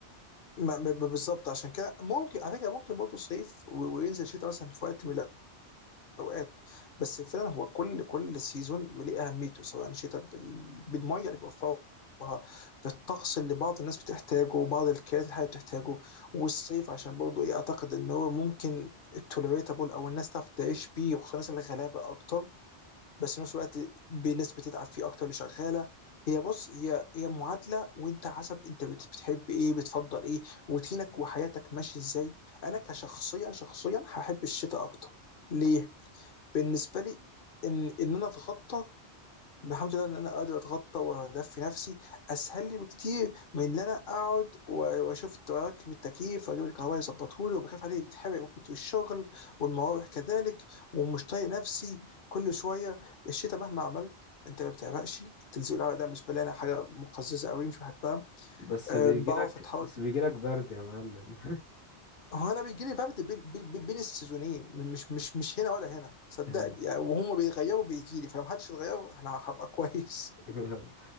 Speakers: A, on the left; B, on the left.
A: ما- ب- ب- بالظبط عشان كده ممكن على فكرة ممكن برضه صيف و- وينزل شتاء مثلا في وقت من اوقات بس فعلا هو كل كل سيزون ليه اهميته سواء شتاء بال- بالميه اللي بيوفرها بالطقس اللي بعض الناس بتحتاجه وبعض الكائنات الحيه بتحتاجه والصيف عشان برضه ايه اعتقد ان هو ممكن التوليريتابل او الناس تعرف تعيش بيه وخصوصا الناس الغلابه اكتر بس في نفس الوقت بناس بتتعب فيه اكتر اللي شغاله هي بص هي هي معادله وانت حسب انت بت- بتحب ايه بتفضل ايه روتينك وحياتك ماشي ازاي انا كشخصيا شخصيا هحب الشتاء اكتر ليه؟ بالنسبه لي ان ان انا اتخطى الحمد لله ان انا قادر اتغطى واهدفي نفسي اسهل لي بكتير من ان انا اقعد و- واشوف اركب التكييف واجيب الكهرباء يظبطه لي وبخاف عليه يتحرق ممكن في الشغل والمراوح كذلك ومش طايق نفسي كل شويه الشتاء مهما عملت انت ما بتعرقش تلزيق العرق ده بالنسبه لي انا حاجه مقززه قوي مش بحبها
B: بس
A: أه
B: بيجي
A: بعرف
B: لك
A: اتحرك
B: بس بيجي لك برد يا معلم
A: هو انا بيجي لي برد بين بين- بين السيزونين مش مش مش هنا ولا هنا صدقني
B: <laughs> يعني
A: يعني وهم بيغيروا بيجي لي فلو محدش اتغير انا هبقى كويس <laughs>
B: <laughs>